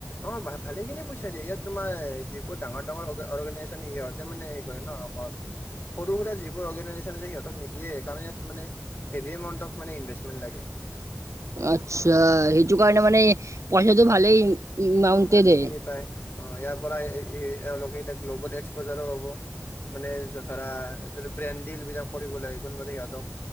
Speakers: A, on the left (about 45°); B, on the right (about 85°).
A: অ ভ ভালে খিনি পইচা দিয়ে ইহঁতে তোমাৰ যিবোৰ ডাঙৰ ডাঙৰ অৰ্গেনাইজেচন সিহঁতে মানে হেৰি কৰে ন। <unintelligible> সৰু সুৰা যিবোৰ অৰ্গেনাইজেচন সিহঁতক নিদিয়ে কাৰণ ইয়াত মানে হেভি এমাউন্ত ইনভেষ্ট- মিন লাগে।
B: আচ্ছা সেইটো কাৰণে মানে পইচাটো ভালেই- ইমাউন্টে
A: উম ভালে
B: দিয়ে।
A: খিনি পায় অ ইয়াৰ পৰা এওঁলোকে এতিয়া গ্ল'বেল এক্সপজাৰো পাব। মানে ধৰা ব্ৰেণ্ডিল ডিল বিলাক কৰিবলে কোনোবা দিন সিহঁতক।